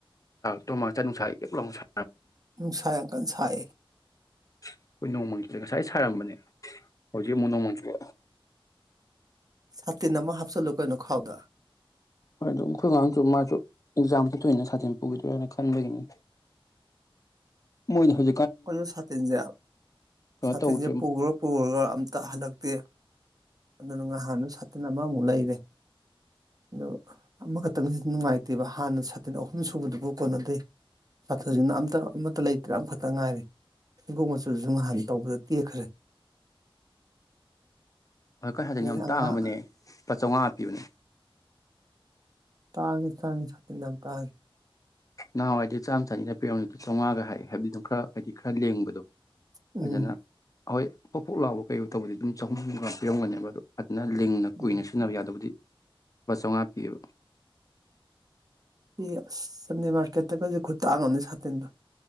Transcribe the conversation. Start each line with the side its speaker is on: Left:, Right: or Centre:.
Left: ꯇꯣꯃꯉ ꯆꯥ ꯅꯨꯡꯁꯥꯏ ꯀꯞꯂꯥꯎꯅꯨꯡꯁꯥꯏ
Right: ꯅꯨꯡꯁꯥꯏꯡ ꯀꯜ ꯁꯥꯏ
Left: ꯑꯩꯈꯣꯏ ꯅꯣꯡꯃꯪ ꯆꯗ ꯉꯁꯥꯏ ꯁꯥꯔꯝꯕꯅꯦ ꯍꯧꯖꯤꯛ ꯑꯃꯨꯛ ꯅꯣꯡꯃꯪ ꯆ
Right: ꯁꯥꯇꯤꯟꯅꯃ ꯍꯥꯞꯆꯜꯂꯨ ꯀꯣꯏꯅꯣ ꯈꯥꯎꯗ
Left: ꯍꯣꯏ ꯑꯗꯨ ꯑꯩꯈꯣꯏ ꯑꯥꯡꯁꯨ ꯃꯥꯁꯨ ꯑꯦꯛꯖꯥꯝ ꯇꯅ ꯁꯥꯈꯤꯗꯣꯏꯅ ꯈꯟꯕꯒꯤꯅꯤ ꯃꯣꯏ ꯍꯧ
Right: ꯑꯩꯈꯣꯏꯅ ꯁꯥꯇꯤꯟꯁꯦ
Left: ꯀꯩꯅꯣ
Right: ꯁꯥꯇꯤꯟꯁꯦ
Left: ꯇꯧꯗ꯭ꯔꯦ
Right: ꯄꯨꯈꯔ ꯄꯨꯔꯒ ꯑꯝꯇ ꯍꯜꯂꯛꯇꯦ ꯑꯗꯨꯅ ꯉꯍꯥꯟꯅ ꯁꯥꯇꯤꯟ ꯁꯥ ꯑꯃꯃꯨꯛ ꯂꯩꯔꯦ ꯑ ꯑꯃꯈꯛꯇꯪꯁꯤ ꯅꯨꯡꯉꯥꯏꯇꯦꯕ ꯍꯥꯟꯅ ꯁꯥꯇꯤꯟ ꯑꯍꯨꯝ ꯁꯨꯕꯗꯨꯕꯨ ꯀꯣꯟꯅꯗꯦ ꯁꯥꯇ꯭ꯔꯁꯤꯅ ꯑꯝꯇ ꯑꯃꯠꯇ ꯂꯩꯇ꯭ꯔꯦꯈ ꯇ ꯉꯥꯏꯔꯦ ꯑꯗꯨꯒꯣ ꯃꯆꯨꯁꯨ ꯉꯍꯥꯟ ꯇꯧꯕꯗ ꯇꯦꯛꯈ꯭ꯔꯦ
Left: ꯍ ꯀ ꯍꯥꯏꯗꯅ
Right: ꯑꯗꯒꯤ
Left: ꯌꯥꯝ
Right: ꯑꯉꯥꯡ
Left: ꯇꯥꯡꯕꯅꯦ ꯂꯄꯥ ꯆꯥꯝꯃꯉꯥ ꯄꯕꯅꯦ
Right: ꯇꯥꯡꯒꯤ ꯇꯥꯡ ꯁꯇ ꯇꯒꯤ
Left: ꯅꯍꯥꯟꯋꯥꯏꯗ ꯆꯥꯝꯃ ꯆꯥꯅꯤꯅ ꯄꯔꯝꯅꯤꯗ ꯆꯥꯝꯃꯉꯥꯒ ꯍꯥꯏꯕꯗꯤ ꯑꯗꯨꯝ ꯈꯔ ꯍꯥꯏꯗꯤ ꯈꯔ ꯂꯦꯡꯕꯗꯣ
Right: ꯎꯝ
Left: ꯑꯣꯖꯅ ꯍꯣꯏ ꯄꯣꯄꯣꯛ ꯂꯥꯎꯕ ꯀꯩꯣ ꯇꯧꯕꯗꯤ ꯑꯗꯨꯝ ꯆꯍꯨꯝꯨꯝꯒ ꯄꯤꯔꯝꯒꯅꯦꯕ ꯑꯗꯣ ꯅ ꯂꯤꯡꯅ ꯀꯨꯏꯅ
Right: ꯎꯝ
Left: ꯁꯤꯖꯤꯟꯅꯕ ꯌꯥꯗꯕꯨꯗꯤ ꯋꯥ ꯆꯉꯥꯞꯄꯤꯤꯕ
Right: ꯑꯦ ꯑꯁ ꯆꯟꯗ ꯃꯥꯔꯀꯦꯠꯇ ꯀꯁꯨꯦ ꯈꯨꯇꯥꯛꯉꯅꯤ ꯁꯥꯇꯤꯟꯗꯣ